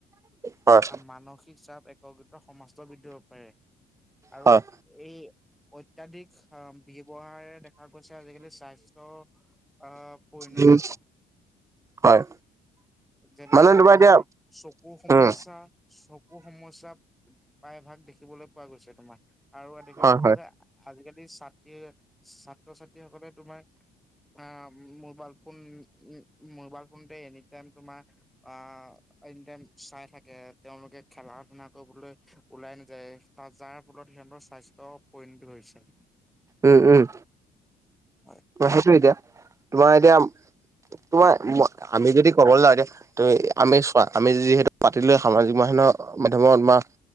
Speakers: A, on the right; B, in the centre.
A: হয়
B: আৰু মানসিক চাপ একত্ৰিত সমাস্ত বৃদ্ধি হব পাৰে। আৰু
A: হয়
B: এই অত্যাধিক আহ, ব্যয়ৱহাৰে দেখা গৈছে আজিকালি স্বাস্থ্য, আহ, পৰিণতি
A: উম
B: ঘটা।
A: হয়
B: যেনেকে
A: মানে
B: তোমাৰ
A: এতিয়া
B: চকুৰ সমস্যা,
A: উম
B: চকু সমস্য প্ৰায় ভাগ দেখিবলে পোৱা গৈছে তোমাৰ আৰু দেখিব
A: হয়
B: পোৱা
A: হয়
B: যায়। আজিকালি ছাত্ৰী, ছাত্ৰ-ছাত্ৰীসকলে তোমাৰ অ', মোবাইল ফোন উম মোবাইল ফোনতে এনি টাইম তোমাৰ অ', এনি টাইম চাই থাকে তেওঁলোকে খেলা ধূলা কৰিবলৈ ওলাই নাযায়। তাত যাৰ ফলত সিহঁতৰ স্বাস্থ্য <unintelligible> হৈছে।
A: উম, উম
B: হয়
A: সেইটো এতিয়া, তোমাৰ এতিয়া তোমাৰ আমি যদি ক'ব লাগে আমি চোৱা আমি যিহেতু পাতি লৈ সামাজিক মাধ্যম মাধ্যমত বা